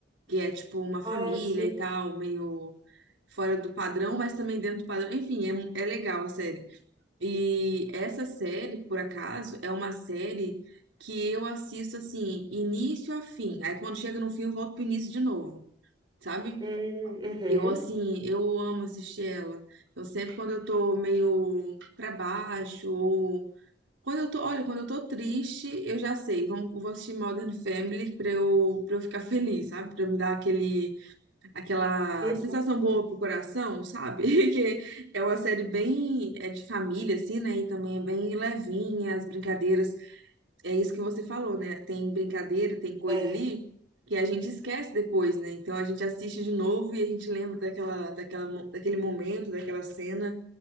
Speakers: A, on the right; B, on the right.
A: que é tipo uma família
B: Ah, sim.
A: e tal, meio fora do padrão, mas também dentro do padrão. Enfim, é, mu- é legal a série. E essa série, por acaso, é uma série que eu assisto assim, início a fim. Aí quando chega no fim, eu volto pro início de novo, sabe?
B: Hum, uhum,
A: Eu assim, eu amo assistir ela. Eu sempre quando eu tô meio pra baixo ou quando eu tô, olha, quando eu tô triste, eu já sei, vamos, vou assistir Modern Family pra eu, pra eu ficar <laughs> feliz, sabe? Pra me dar aquele aquela
B: uhum,
A: sensação boa pro coração, sabe? <laughs> Que é uma série bem é de família assim, né? E também é bem levinha as brincadeiras. É isso que você falou, né? Tem brincadeira, tem coisa
B: é,
A: ali que a gente esquece depois, né? Então a gente assiste de novo e a gente lembra daquela, daquela, mo- daquele momento, daquela cena.